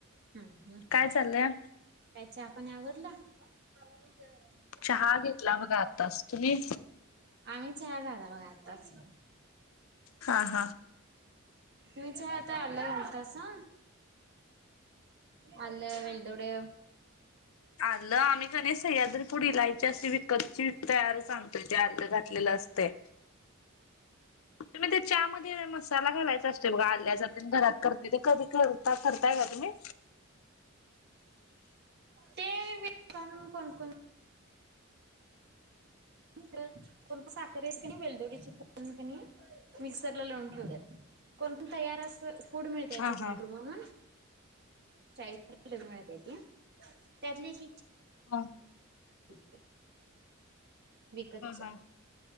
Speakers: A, on the right (about 55°); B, on the left (about 80°).
A: हं हं
B: काय
A: काय
B: चाललंय?
A: चहा पाणी आवरल? <inaudible>
B: चहा घेतला बघा आत्ताच तुम्ही
A: आम्ही चहा झाला बघा आताच
B: हा हा
A: तुम्ही चहात आल्ल घालतासा आल, वेलदोडे
B: आलं आम्ही क नाय सह्याद्री पुडी इलायची अशी विकतची तयारच आण त्याच्या आलं घातलेलं असतय. तुम्ही ते चहामध्ये मसाला घालायचा असतोय बघा आल्याचा तेनं घरात करतोय ते कधी करता करताय काय तुम्ही?
A: ते विक-ण कोणकोण कोण कोणं साखरेच कनय वेलदोडीची पुड कणी मिक्सर ला लावून ठेवत्यात. कोण कोण तयार अस पुड मिळते
B: हा
A: चॉकलेट
B: हा
A: म्हणून चाळीस रुपया ला मिळते ती त्यातली
B: हा
A: <unintelligible> विकतच्या
B: हा हा